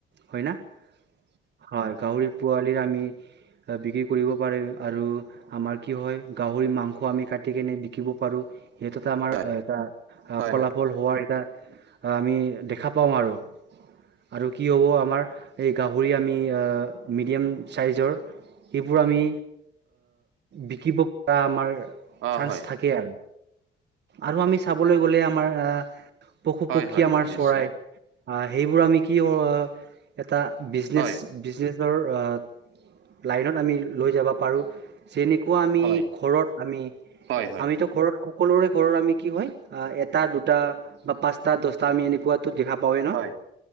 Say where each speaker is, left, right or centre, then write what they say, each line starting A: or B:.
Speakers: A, on the right (about 60°); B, on the right (about 85°).
A: হয় না? হয় গাহৰিৰ পোৱালি আমি বিক্ৰী কৰিব পাৰিম আৰু আমাৰ কি হয় গাহৰি ভৰি মাংস আমি কাটি কেনে বিকিব পাৰোঁ, সিহঁতৰ এটা আমাৰ
B: হয়
A: এটা
B: হয়
A: ফলাফল
B: হয়
A: হোৱাৰ এটা আমি দেখা পাওঁ আৰু। আৰু কি হ'ব আমাৰ এই গাহৰি আমি মিডিয়াম চাইজৰ সেইবোৰ আমি বিকিব পৰা আমাৰ
B: অ
A: চান্স
B: হয়
A: থাকে আৰু, আৰু আমি চাবলৈ গ'লে আমাৰ আ পশু-
B: হয়
A: পক্ষী
B: হয়
A: আমাৰ
B: হয় নিশ্চয়
A: চৰাই। অ', সেইবোৰ আমি কি এটা বিজনেচ
B: হয়
A: বিজনে ৰ, অ', লাইনত আমি লৈ যাব পাৰোঁ যেনেকুৱা আমি
B: হয়
A: ঘৰত আমি,
B: হয় হয়
A: আমিতো ঘৰত সকলোৰে ঘৰত আমি কি হয় এটা, দুটা বা পাঁচটা, দহটা আমি এনেকুৱা দেখা পাওেই ন,
B: হয়